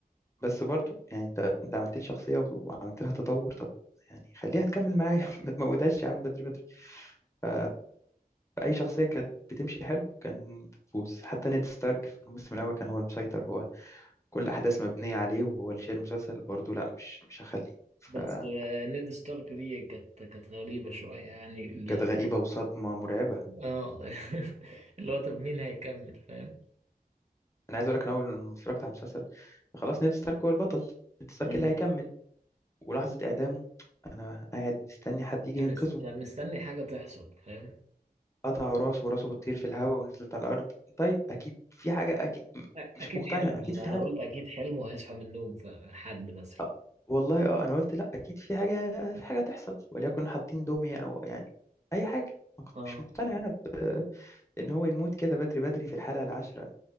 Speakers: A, on the left (about 20°); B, on the right (about 45°).
A: بس برضو يعني أنت أنت عملت لي شخصية وعملت لها تطور طب يعني خليها تكمل معايا <laughs> ما تموتهاش يا عم بدري بدري ف- فأي شخصية كانت بتمشي حلو كان بتفوز حتى نيد ستارك في الموسم الأول كان هو المسيطر هو كل الأحداث مبنية عليه وهو اللي شايل المسلسل برضه لا مش مش هخليه فكانت
B: بس آه، نيد ستارك دي كانت كانت غريبة شوية يعني ال-
A: غريبة وصدمة مرعبة
B: اه <laughs> اللي هو طب مين هيكمل فاهم
A: انا عايز اقول لك انا اول لما اتفرجت على المسلسل خلاص نيد ستارك هو البطل نيد ستارك
B: مم.
A: اللي هيكمل ولحظه اعدامه انا قاعد مستني حد يجي
B: احنا
A: ينقذه
B: مس- انا مستني حاجة تحصل فاهم
A: قطعوا راسه وراسه بتطير في الهواء ونزلت على الارض طيب اكيد في حاجه اكيد م-
B: أ-
A: مش
B: اكيد
A: مقتنع
B: حلم
A: اكيد
B: انا
A: في
B: انا
A: حاجه
B: قلت اكيد حلم وهيصحى من النوم فحد مثلا
A: أه والله اه انا قلت لا اكيد في حاجه في حاجه هتحصل وليكن حاطين دميه او يعني اي حاجه ما كنت-
B: اه
A: مش مقتنع انا ب... ان هو يموت كده بدري بدري في الحلقه العاشره